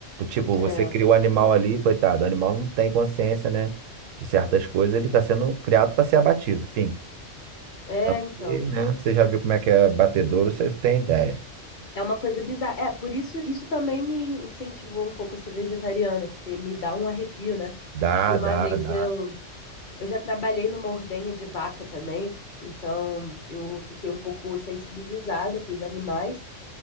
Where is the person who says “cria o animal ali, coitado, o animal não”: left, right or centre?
Right